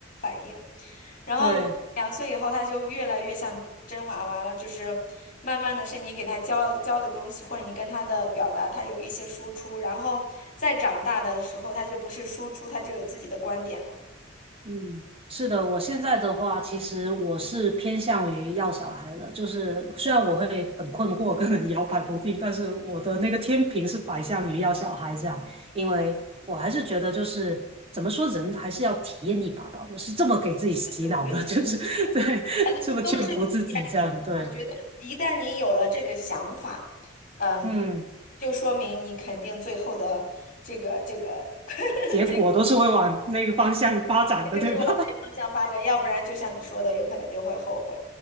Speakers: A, on the left; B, on the right.
A: 你，然后两岁以后他就越来越像真娃娃了，
B: 对，
A: 就是慢慢的是你给他教教的东西，或者你跟他的表达，他有一些输出，然后再长大的时候，他就不是输出，他就有自己的观点了。
B: 嗯，是的，
A: 嗯，
B: 我现在的话，其实我是偏向于要小孩的，就是虽然我会很困惑跟很摇摆不定，但是我的那个天平是摆向于要小孩这样，因为我还是觉得就是怎么说，人还是要体验一把吧，我是这么给自己洗脑的，
A: 对对，对，是的是，
B: 就是 <laughs> 对，
A: 反正都是体验。
B: 这么劝服自己这样，对，
A: 我觉得一旦你有了这个想法，嗯，
B: 嗯，
A: 就说明你肯定最后的这个这个 <laughs>
B: 结果都是会往那个方向发展的，
A: 这个就是往那方向发展，
B: 对吧？
A: 要不然就像你说的，有可能就会后悔。